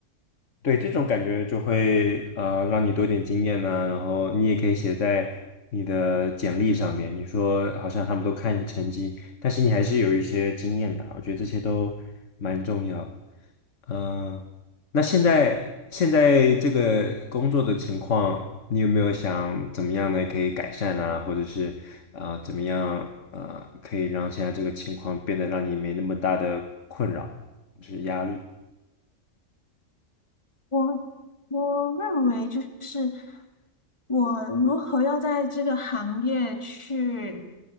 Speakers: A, on the left; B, on the left.
A: 对，这种感觉就会呃让你多点经验呢、然后你也可以写在你的简历上面。你说好像他们都看成绩，但是你还是有一些经验的啊我觉得这些都蛮重要的。嗯、那现在现在这个工作的情况，你有没有想怎么样呢？可以改善啊，或者是啊、呃怎么样呃可以让现在这个情况变得让你没那么大的困扰，就是压力？
B: 我我认为就是我如何要在这个行业去